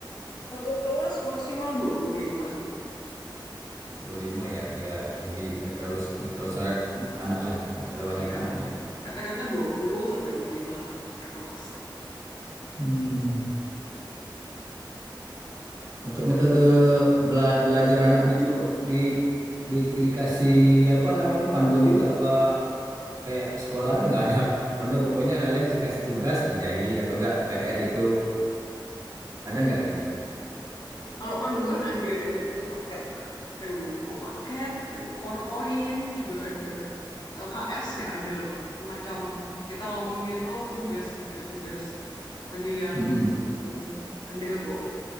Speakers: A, on the left (about 55°); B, on the right (about 40°).
A: Satu kelas maksimal 25 sih.
B: dua puluh lima ya, ya
A: Ya,
B: jadi nggak terlalu nggak terlalu syarat anak lah, nggak terlalu banyak
A: ya.
B: anaknya. ya.
A: Kata-kata 20 sampai 25 lah per kelas.
B: Hmm. Untuk metode bela- belajar anaknya itu di, di- dikasih apa namanya panduan juga apa kayak sekolahan kan nggak ada panduan pokoknya kalian dikasih tugas kerjain atau enggak PR gitu ada nggak itunya?
A: Kalau panduan ada dari buku paket Kak. Dari buku paket, PowerPoint juga ada. LKS ya ada loh. Semacam kita ngomongnya itu tugas gitu ya, tugas harian
B: Mm-mm.
A: gitu. Ada kok.